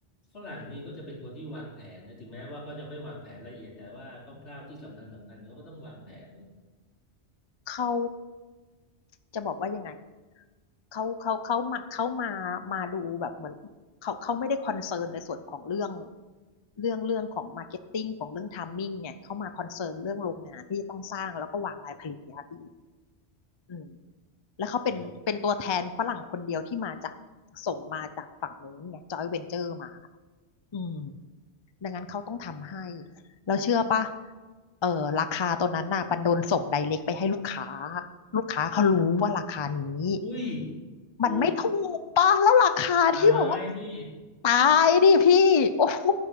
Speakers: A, on the left; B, on the left.
A: ฝรั่งนี่ก็จะเป็นคนที่วางแผนนะถึงแม้ว่าก็จะไม่วางแผนละเอียด แต่ว่าคร่าวๆที่สำคัญสำคัญเขาก็ต้องวางแผนเนอะ
B: เขาจะบอกว่ายังไงเขาเขาเขามาเขามามาดูแบบเหมือนเขาเขาไม่ได้คอนเซิร์นในส่วนของเรื่องเรื่องเรื่องของมาร์เก็ตติ้งของเรื่องไทมิ่งไงเขามาคอนเซิร์นเรื่องโรงงานที่จะต้องสร้างแล้วก็วางรายผลิตเนี่ยค่ะพี่อืม แล้วเขาเป็นเป็นตัวแทนฝรั่งคนเดียวที่มาจาก
A: อ๋อ
B: ส่งมาจากฝั่งนู้นไงจอยเวนเจอร์มาอืมดังนั้นเขาต้องทำให้เราเชื่อปะเออราคาตัวนั้นน่ะบันโดนส่งไดเรกไปให้ลูกค้าลูกค้าเขารู้ว่าราคานี้
A: อุ้ยโอ้
B: มันไม่ถูกปะแล้วราคาที่แบบว่า
A: ตายดิ
B: ตายดิพี่โอ้โห